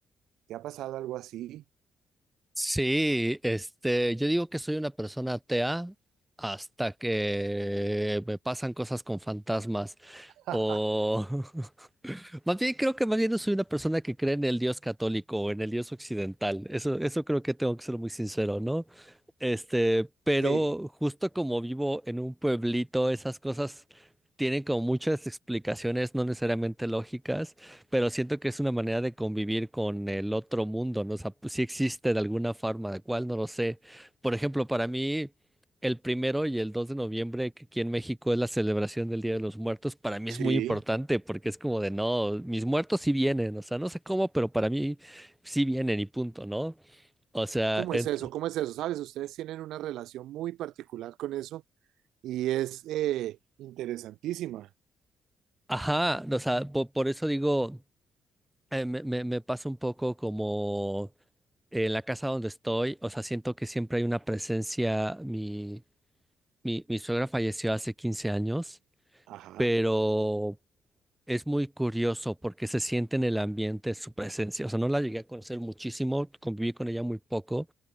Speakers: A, on the right; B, in the centre.
A: ¿Te ha pasado algo así?
B: Sí, este, yo digo que soy una persona atea hasta que me pasan cosas con fantasmas
A: <laughs>
B: o <laughs> más bien creo que más bien no soy una persona que cree en el Dios católico o en el Dios occidental. Eso, eso creo que tengo que ser muy sincero, ¿no? Este, pero
A: Sí.
B: justo como vivo en un pueblito, esas cosas tienen como muchas explicaciones no necesariamente lógicas pero siento que es una manera de convivir con el otro mundo, ¿no? O sea, pues, sí existe de alguna forma, de cuál no lo sé. Por ejemplo, para mí, el primero y el 2 de noviembre, que aquí en México es la celebración del Día de los Muertos, para mí es
A: Sí,
B: muy importante porque es como de, no, mis muertos sí vienen, o sea, no sé cómo, pero para mí sí vienen y punto, ¿no? O sea,
A: ¿Cómo
B: ent-
A: es eso? ¿Cómo es eso? Sabes, ustedes tienen una relación muy particular con eso y es eh, interesantísima.
B: ajá, o sea, po- por, eso digo, eh, me, me me pasa un poco como en la casa donde estoy, o sea, siento que siempre hay una presencia, mi, Mi, mi suegra falleció hace 15 años,
A: ajá.
B: pero es muy curioso porque se siente en el ambiente su presencia. O sea, no la llegué a conocer muchísimo, conviví con ella muy poco,